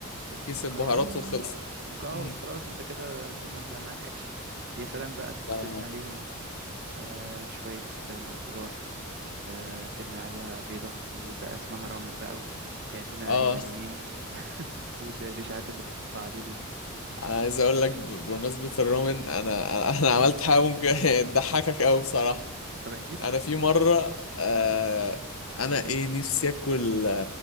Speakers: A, on the right (about 55°); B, on the left (about 85°).
A: المكرونة
B: كيس البهارات وخلص
A: وك- آه،
B: مم.
A: وخلاص انت كده تمام بقى معاك أكل يا سلام بقى
B: اه
A: ترمي عليهم آه، شوية آه، خضار آه، ترمي عليها بيضة وبقى اسمها رامن بقى و- وكأننا
B: آه.
A: يابانيين <laughs> والإشاعات اللي بتطلع علينا دي
B: انا عايز اقول لك ب- بمناسبة الرومن انا انا <laughs> عملت حاجة ممكن <laughs> تضحكك قوي بصراحة
A: طب احكي لي
B: انا في مرة آه انا ايه نفسي اكل